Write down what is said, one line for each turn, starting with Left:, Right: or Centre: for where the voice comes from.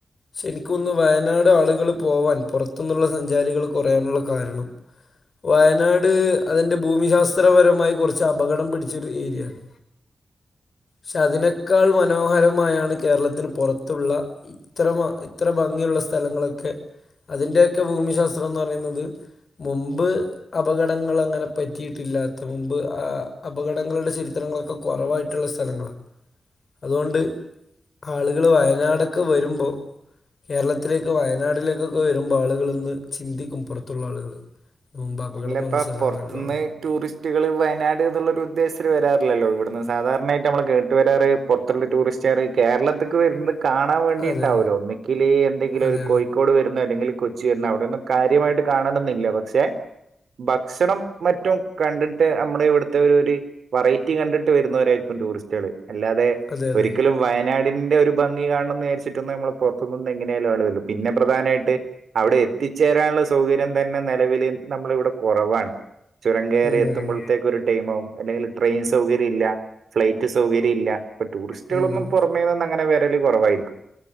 Left: ശനിക്കൊന്ന് വയനാട് ആളുകൾ പോവാൻ പൊറത്തുന്ന്ള്ള സഞ്ചാരികൾ കൊറയാനുള്ള കാരണം വയനാട് അതിന്റെ ഭൂമിശാസ്ത്രപരമായി കൊറച്ച് അപകടം പിടിച്ചൊരു ഏര്യണ്.. ഷെ അതിനേക്കാൾ മനോഹരമായാണ് കേരളത്തിന് പൊറത്തുള്ള ഇത്ര മ ഇത്ര ഭംഗിയുള്ള സ്ഥലങ്ങളൊക്കെ അതിൻ്റെയൊക്കെ ഭൂമിശാസ്ത്രം ന്ന് ന്നറീന്നത് മുമ്പ് അപകടങ്ങൾ അങ്ങനെ പറ്റിയിട്ടില്ലാത്ത മൻപ് അപകടങ്ങളുടെ ചരിത്രങ്ങളൊക്കെ കുറവായിട്ടുള്ള സ്ഥലങ്ങ അതുകൊണ്ട് ആളുകൾ വയനാടൊക്കെ വരുമ്പോ കേരളത്തിലേക്ക് വയനാടിലേക്കൊക്കെ വരുമ്പോൾ ആളുകളന്ന് ചിന്തിക്കും പുറത്തുള്ള ആളുകൾ മുമ്പ് അപകടം
Right: അല്ലപ്പ
Left: വന്ന സ്ഥലമാണല്ലോ
Right: പുറത്തുനിന്ന് ടൂറിസ്റ്റുകൾ വയനാട് എന്നുള്ളരു ഉദ്ദേശത്തിന് വരാറില്ലല്ലോ ഇവിടുന്ന് സധാരണായിട്ട് നമ്മള് കേട്ട് വരാറ് പുറത്തുള്ള ടൂറിസ്റ്ററ് കേരളത്ത്ക്ക് വരുന്നത്
Left: എന്ന്
Right: കാണാൻ വേണ്ടിട്ടാവല്ലോ
Left: അതെ
Right: ഒന്നി ഒൽ എന്തെങ്കിലും
Left: അതെ
Right: ഒരു
Left: അതെ
Right: കോഴിക്കോട് വരുന്നോ അല്ലെങ്കിൽ കൊച്ചി വരുന്നോ അവിടെയൊന്നും കാര്യമായിട്ട് കാണണന്നില്ല പക്ഷെ ഭക്ഷണം മറ്റും കണ്ടിട്ട് നമ്മുടെ ഇവിടുത്തെ ഒരു ഒരു വെറൈറ്റി കണ്ടിട്ട് വരുന്നവരായിരിക്കും ടൂറിസ്റ്റുകള് അല്ലാതെ
Left: അതെ അതെ
Right: ഒരിക്കലും വയനാടിന്റെ ഒരു ഭംഗി കാണണംന്ന് വിചാരിച്ചിട്ടൊന്ന് നമ്മൾ പുറ നടത്ത എങ്ങനെയാലും ആളുവരു പിന്നെ പ്രധാനമായിട്ട് അവിടെ എത്തിച്ചേരാനുള്ള സൗകര്യം തന്നെ നിലവിൽ നമ്മള ഇവിടെ കുറവാണ് ചുരം കയറി
Left: ഉം
Right: എത്തുമ്പോഴത്തേക്ക
Left: ഉം ഉം.
Right: ഒരു ടൈംമാകും അല്ലെങ്കിൽ ട്രെയിൻ സൗകര്യം ഇല്ല ഫ്ലൈറ്റ് സൗകര്യം ഇല്ല ഇപ്പൊ ടൂറിസ്റ്റുകളൊന്നും
Left: ഉം ഉം.
Right: പുറമേ നിന്ന് അങ്ങനെ വരല് കുറവായിരിക്കും